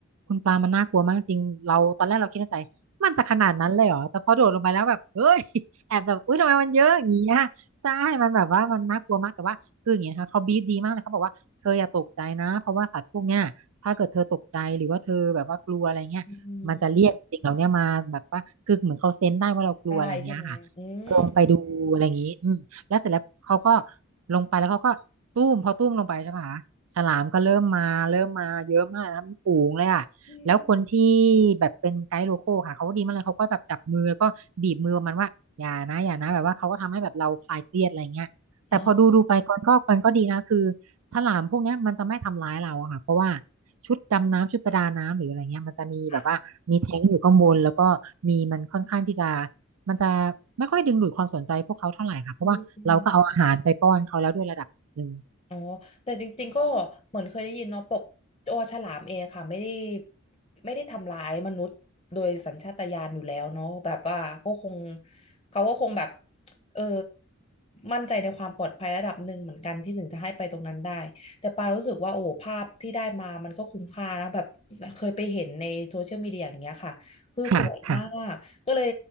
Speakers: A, on the right (about 80°); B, on the left (about 30°).
A: คุณปลามันน่ากลัวมากจริงเราตอนแรกเราคิดในใจมันจะขนาดนั้นเลยเหรอแต่พอโดดลงไปแล้วแบบเฮ้ยแอบแบบอุ้ยทำไมมันเยอะอย่างเงี้ย ใช่มันแบบว่ามันน่ากลัวมากแต่ว่าคืออย่างเงี้ยนะคะเขาบีบดีมากเลยเขาบอกว่าเธออย่าตกใจนะเพราะว่าสัตว์พวกเนี้ยถ้าเกิดเธอตกใจหรือว่าเธอแบบว่ากลัวอะไรเงี้ยมันจะเรียกสิ่งเหล่าเนี้ยมาแบบว่าคือเหมือนเขาเซนส์ได้ว่าเรากลัวอะไรเงี้ยค่ะ
B: อืมได้ใช่ไหมอืม
A: ลงไปดูอะไรอย่างงี้อืมแล้วเสร็จแล้วเขาก็ลงไปแล้วเขาก็ตุ้มพอตุ้มลงไปใช่ปะคะฉลามก็เริ่มมาเริ่มมาเยอะมากนะคะปนฝูงเลยอ่ะ
B: อืม
A: แล้วคนที่แบบเป็นไกด์โลคอลค่ะเขาก็ดีมากเลยเขาก็แบบจับมือแล้วก็บีบมือประมาณว่าอย่านะอย่านะแบบว่าเขาก็ทำให้แบบเราคลายเครียดอะไรเงี้ยแต่พอดูดูไปก่อนก็มันก็ดีนะคือ
B: อ๋อ
A: ฉลามพวกเนี้ยมันจะไม่ทำร้ายเราอะค่ะเพราะว่าชุดดำน้ำชุดประดาน้ำหรืออะไรเงี้ยมันจะมีแบบว่ามีแท้งอยู่ข้างบนแล้วก็มีมันค่อนข้างที่จะ
B: ค่ะ
A: มันจะไม่ค่อยดึงดูดความสนใจพวกเขาเท่าไหร่ค่ะเพราะว่าเราก็เอาอาหารไปป้อนเขาแล้วด้วยระดับหนึ่ง
B: อืม อ๋อแต่จริงๆก็เหมือนเคยได้ยินเนาะปกตัวฉลามเองค่ะไม่ได้ไม่ได้ทำร้ายมนุษย์โดยสัญชาตญาณอยู่แล้วเนาะแบบว่าเขาคงเขาก็คงแบบเออมั่นใจในความปลอดภัยระดับหนึ่งเหมือนกันที่ถึงจะให้ไปตรงนั้นได้แต่ปารู้สึกว่าโอ้โหภาพที่ได้มามันก็คุ้มค่านะแบบเคยไปเห็นในโซเชียลมีเดียอย่างเงี้ยค่ะคือสวยมาก
A: ค่ะค่ะ
B: ก็เลย